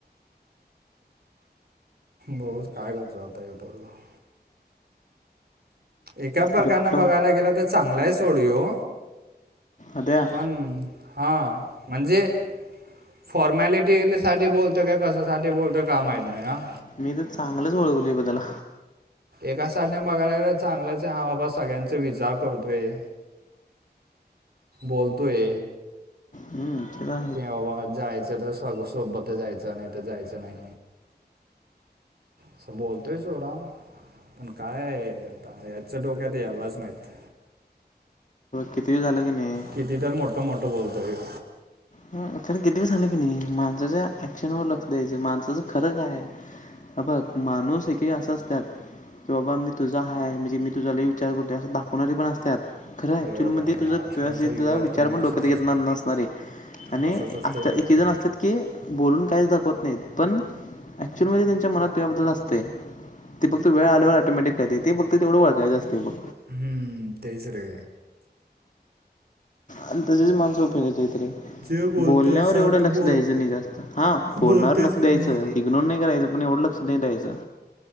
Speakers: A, on the right; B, on the left.
A: बऊच काय करतो आता हे बरोबर एका प्रकारन
B: अरे कुठलं
A: बघायला गेले तर चांगलाय आहे सोड य्ये
B: अद्या
A: पण, हां म्हणजे फॉर्मॅलिटी साठी बोलत काय कशसाठी बोलत का माहीत ना?
B: मी तर चांगलंच ओळखले ब त्याला
A: एका साईडने बघायला ग चांगलंच आहे हा बाबा सगळ्यांचा विचार करतोय बोलतोय
B: हम्म चला
A: की बाबा जायचं तर सग सोबत जायचं. नाही तर जायचं नाही असं बोलतोय सोडा पण काय आहे आता याच्या डोक्यात यायलाच माहिती
B: किती झालं की नाही
A: किती तर मोठं-मोठं बोलतो या
B: ह खरं किती ब झालं की नाही माणसाच्या ऍक्शन वर लक्ष द्यायचं माणसाचं खरं काय आता माणूस एकेक असे असतात की बाबा मी तुझा हय म्हणजे, मी तुझाला विचार करतो असं दाखवणारी पण असतात खरं
A: हे
B: ऍक्च्युअल
A: बाबा
B: मध्ये
A: हे
B: तुझ
A: आजकालच्या युगात
B: विचार
A: की नाही
B: पण
A: असंच
B: डोक्यात
A: असते
B: घेतणार नसणारे आणि
A: असंच असते
B: असता
A: लोक
B: एकेक
A: हे.
B: जण असतात की बोलून काहीच दाखवत नाहीत पण, ऍक्च्युअल मध्ये त्यांच्या मनात तेबद्दल असतें ते फक्त वेळाल्यावर ऑटोमॅटिक करते ते फक्त तेवढं वळखायं असते बघ
A: हा तेच रे
B: आणि तसेच माणसं उपयोगि आहेत रे
A: जे बोलतं
B: बोलण्यावर
A: सारखं
B: एवढं लक्ष
A: बोल
B: द्यायचं नाही जास्त हा, बोलण्यावर
A: बोलतंच
B: लक्ष
A: की
B: द्यायचं‌.
A: नाही
B: इग्नोर नाही करायचं पण, एवढ लक्ष नाही द्यायचं